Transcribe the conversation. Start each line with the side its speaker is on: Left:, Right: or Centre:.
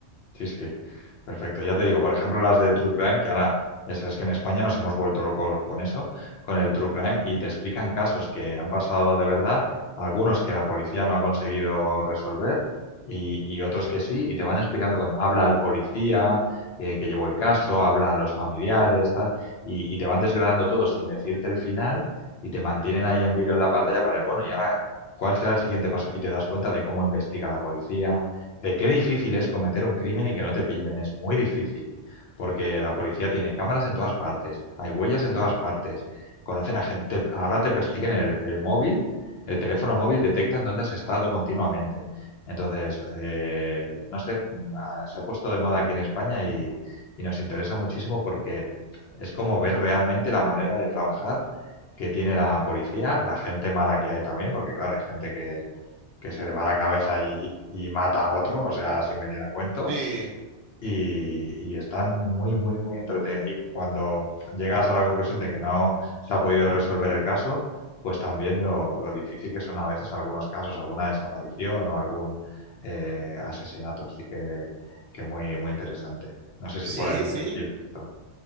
Left: Sí, sí. Perfecto. Ya te digo, por ejemplo, las de True Crime, que ahora, eso es que en España nos hemos vuelto locos con eso, con el True Crime, y te explican casos que han pasado de verdad, algunos que la policía no ha conseguido resolver y, y otros que sí, y te van explicando, con, habla al policía eh, que llevó el caso, hablan los familiares, tal, y, y te van desgranando todo sin decirte el final y te mantienen ahí en vilo en la pantalla para el, bueno, y ahora, ¿cuál será el siguiente paso? Y te das cuenta de cómo investiga la policía De qué difícil es cometer un crimen y que no te pillen, es muy difícil, porque la policía tiene cámaras en todas partes, hay huellas en todas partes, conocen a gente, ahora te persiguen el, el móvil, el teléfono móvil detectan dónde has estado continuamente. Entonces, eh, no sé, na- se ha puesto de moda aquí en España y, y nos interesa muchísimo porque es como ver realmente la manera de trabajar que tiene la policía, la gente mala que hay también, porque claro, hay gente que, que se le va la cabeza y, y- y mata a otro, o sea, sin venir a cuento.
Right: Sí.
Left: Y, y están muy, muy, muy entretenidos. Y cuando llegas a la conclusión de que no se ha podido resolver el caso, pues también lo, lo difícil que son a veces algunos casos, alguna desaparición o algún eh, asesinato. Así que, que muy, muy interesante. No sé si
Right: Sí,
Left: por allí se
Right: sí,
Left: estila esto.